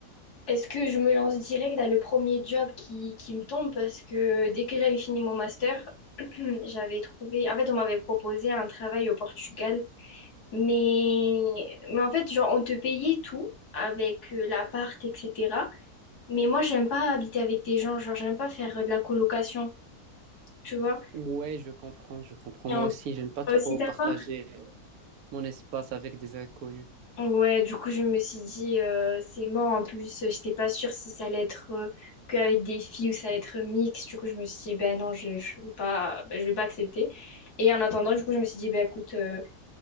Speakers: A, on the left; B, on the right.
A: est-ce que je me lance direct dans le premier job qui, qui me tombe? Parce que dès que j'avais fini mon master, <clears throat> j'avais trouvé, en fait, on m'avait proposé un travail au Portugal. Mais, mais en fait, genre, on te payait tout avec euh, l'appart, etc. Mais moi, j'aime pas habiter avec des gens, genre, j'aime pas faire euh, de la colocation, tu vois.
B: Ouais, je comprends, je comprends.
A: Et
B: Moi
A: on
B: aussi, j'aime pas
A: peut
B: trop
A: aussi t'avoir.
B: partager euh, mon espace avec des inconnus.
A: Ouais, du coup, je me suis dit, euh, c'est mort. En plus, euh, j'étais pas sûre si ça allait être euh, qu'avec des filles ou ça allait être mixte. Du coup, je me suis dit, ben non, je, je veux pas, ben, je vais pas accepter. Et en attendant, du coup, je me suis dit, ben écoute, euh,